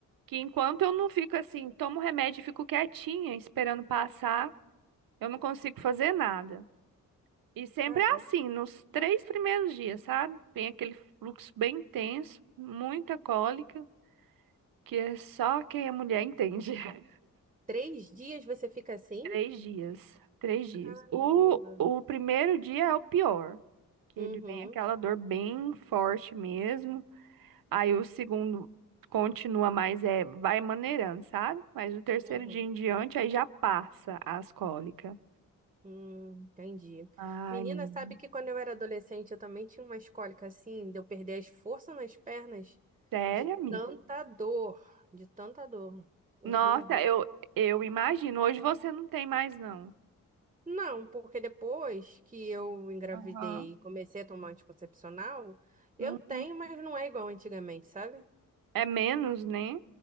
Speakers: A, on the right; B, on the right.
A: que enquanto eu não fico assim, tomo remédio e fico quietinha esperando passar, eu não consigo fazer nada. E sempre
B: Caramba.
A: é assim, nos três primeiros dias, sabe? Tem aquele fluxo bem intenso, muita cólica, que é só quem é mulher entende. <laughs>
B: Três dias você fica assim?
A: Três dias, três dias.
B: Caramba.
A: O, o primeiro dia é o pior, que
B: Uhum,
A: ele vem aquela dor bem forte mesmo. Aí o segundo continua mais, é, vai maneirando, sabe? Mas o terceiro
B: uhum.
A: dia em diante, aí já passa as cólicas.
B: Hum, entendi.
A: Ai,
B: Menina,
A: menina.
B: sabe que quando eu era adolescente eu também tinha umas cólicas assim, de eu perder as forças nas pernas
A: Sério,
B: de
A: amiga?
B: tanta dor, de tanta dor. Horrível.
A: Nossa, eu, eu imagino. Hoje você não tem mais, não.
B: Não, porque depois que eu engravidei
A: Aham.
B: e comecei a tomar anticoncepcional, eu
A: Hum,
B: tenho, mas não é igual antigamente, sabe?
A: É menos, né?